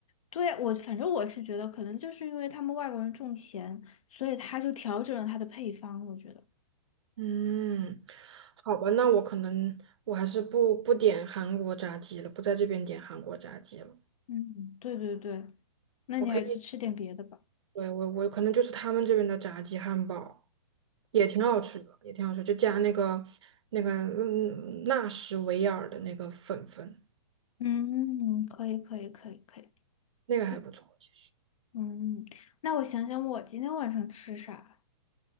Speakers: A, on the left (about 80°); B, on the right (about 55°).
A: 对，我反正我是觉得，可能就是因为他们外国人重咸，所以他就调整了他的配方。我觉得，
B: 嗯，好吧，那我可能我还是不不点韩国炸鸡了，不在这边点韩国炸鸡了。
A: 嗯，对对对，那你还是吃点别的吧。
B: 我可以。对，我我可能就是他们这边的炸鸡汉堡，也挺好吃的，也挺好吃，就加那个那个嗯纳什维尔的那个粉粉，
A: 嗯，可以可以可以可以，
B: 那个还不错。
A: 嗯
B: 其实
A: 嗯，那我想想，我今天晚上吃啥？